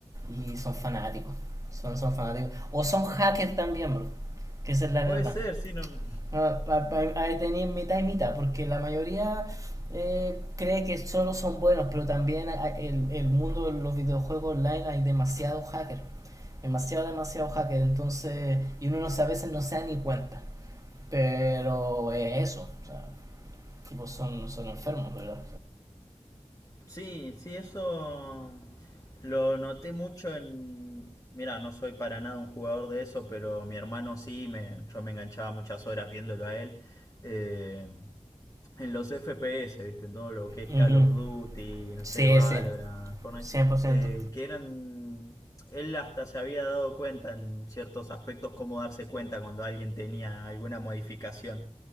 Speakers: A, on the right; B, on the left.
A: y son fanáticos. Son, son fanáticos. O son hackers también, bro. Que esa es la
B: Puede
A: verdad.
B: ser, sí, no.
A: Ah, pa- pa- Ahí tenéis mitad y mitad, porque la mayoría eh, cree que solo son buenos, pero también hay- el, el mundo de los videojuegos online hay demasiado hacker. Demasiado, demasiado hacker. Entonces, y uno no se- a veces no se da ni cuenta. Pero es eso. O sea, tipo son, son enfermos, ¿verdad?
B: Sí, sí, eso lo noté mucho en... Mira, no soy para nada un jugador de eso, pero mi hermano sí, me, yo me enganchaba muchas horas viéndolo a él. Eh, En los FPS, ¿viste? En todo lo que es
A: O sea,
B: Call of
A: ujú.
B: Duty, no
A: Sí,
B: sé, Valorant,
A: sí,
B: Fortnite,
A: cien por ciento
B: eh, que eran... Él hasta se había dado cuenta en ciertos aspectos cómo darse cuenta cuando alguien tenía alguna modificación.